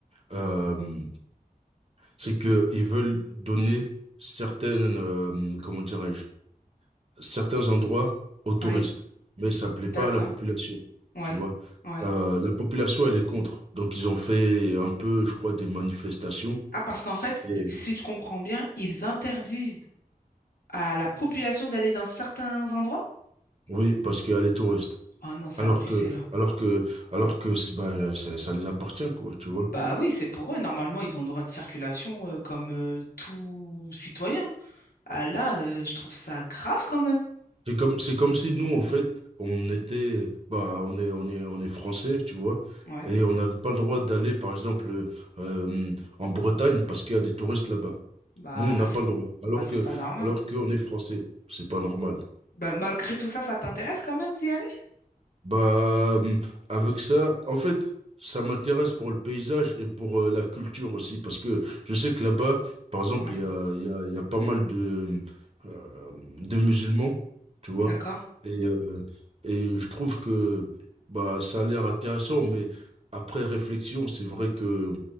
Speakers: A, on the right; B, on the left.
A: euh, c'est que ils veulent donner certaines, euh, comment dirais-je certains endroits aux touristes,
B: Oui,
A: mais ça plaît
B: d'accord.
A: pas à la population,
B: Oui,
A: tu vois.
B: oui.
A: Euh, la population, elle est contre. Donc, ils ont fait un peu, je crois, des manifestations.
B: Ah, parce qu'en fait,
A: Et...
B: i- si je comprends bien, ils interdisent à la population d'aller dans certains endroits?
A: Oui, parce qu'elle est touriste.
B: Oh non, c'est
A: Alors
B: abusé
A: que,
B: là.
A: alors que, alors que, c'est- bah, ça, ça les appartient, quoi, tu vois.
B: Bah oui, c'est pour eux. Normalement, ils ont le droit de circulation euh, comme euh, tout citoyen. Ah là, euh, je trouve ça grave quand même.
A: C'est comme, c'est comme si nous, en fait, on était, bah, on est, on est, on est français, tu vois.
B: Ouais.
A: Et on n'avait pas le droit d'aller, par exemple, euh, en Bretagne parce qu'il y a des touristes là-bas.
B: Bah
A: Nous, on
B: là,
A: n'a
B: c'est
A: pas le droit. Alors
B: bah, c'est
A: que,
B: pas normal.
A: alors qu'on est français. C'est pas normal.
B: Bah, malgré tout ça, ça t'intéresse quand même d'y aller?
A: Bah, hum, avec ça, en fait, ça m'intéresse pour le paysage et pour euh, la culture aussi. Parce que je sais que là-bas, par exemple,
B: Ouais.
A: il y a, il y a, il y a pas mal de, euh, de musulmans, tu vois.
B: D'accord.
A: Et, euh, et je trouve que bah, ça a l'air intéressant, mais après réflexion, c'est vrai que